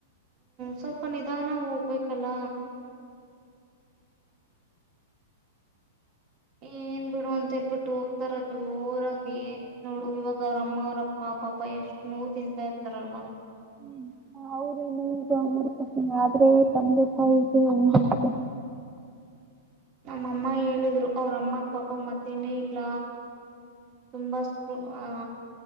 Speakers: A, on the right; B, on the right.
A: ಸ್ವಲ್ಪ ನಿಧಾನ ಹೋಗ್ಬೇಕಲ್ಲ ಏನ್ ಬಿಡು ಅಂತೇಳ್ಬಿಟ್ಟು ಹೋಗ್ತಾರ ಜೋರಾಗಿ ನೋಡು ಇವಾಗ ಅವ್ರ ಅಮ್ಮ ಅವ್ರಪ್ಪ ಪಾಪ ಎಷ್ಟು ನೋವು ತಿಂತಾ ಇರ್ತಾರಲ್ವಾ
B: ಹ್ಮ ಅವ್ರೇನು ಮಾಡೋಡ್ಕತೇನಿ ಆದ್ರೆ ತಂದೆ ತಾಯಿಗೆಂತ
A: ನಮ್ಮಮ್ಮ ಹೇಳಿದ್ರು ಅವ್ರ ಅಮ್ಮ ಪಾಪ ಮತ್ತೇನೇ ಇಲ್ಲ ತುಂಬಾ ಸ್ಪ ಆ